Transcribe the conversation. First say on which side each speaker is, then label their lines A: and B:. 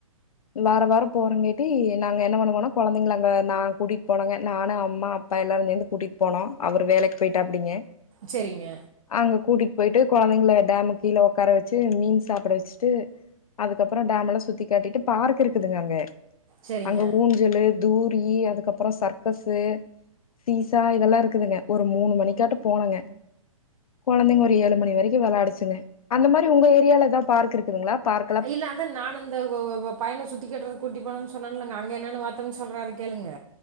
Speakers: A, on the left; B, on the right.
A: வாரோ வாரோ போறங்கேட்டி நாங்க என்ன பண்ணுவோனா கொழந்தைங்க அங்க நா கூட்டிட்டு போனாங்க நானு அம்மா அப்பா எல்லாரு சேர்ந்து கூட்டிட்டு போனோ அவுரு வேலைக்கு போயிட்டாப்படிங்க
B: சேரிங்க
A: அங்க கூட்டிட்டு போயிட்டு கொழந்தைங்களை டேமு கீழ உட்கார வச்சு மீன் சாப்பிட வச்சுட்டு அதுக்கப்றோ டேம் எல்லா சுத்தி காட்டிட்டு பார்க் இருக்குதுங்க அங்க
B: செரிங்க
A: அங்க ஊ ஞ்சலு தூரி அதுக்கப்றோ சர்க்கஸு சீசா இதெல்லா இருக்குதுங்க ஒரு மூணு மணிக்காட்டோ போனங்க கொழந்தைங்க ஒரு ஏழு மணி வரைக்கு வெளாடுச்சுங்க அந்த மாரி உங்க ஏரியாவுல எதாவுது பார்க் இருக்குதுங்களா பார்க்
B: இல்ல அதா நான்ந்த இப்போ பையன சுத்திகாட்டுறதுக்கு கூட்டி போனோனு சொன்னனுல்லங்க என்னன்னு பாத்தோம்ன்னு சொல்றாரு அத கேளுங்க